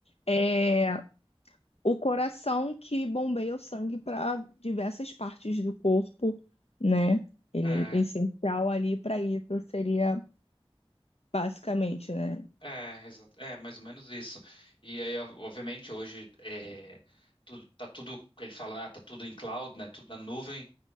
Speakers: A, on the left; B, on the left.
A: é o coração que bombeia o sangue para diversas partes do corpo, né? Ele
B: É,
A: é essencial ali para isso, seria basicamente, né?
B: É, exato. É, mais ou menos isso. E aí, ó, obviamente, hoje é, tudo, tá tudo, que a gente fala, ah, tá tudo em cloud, né? Tudo na nuvem,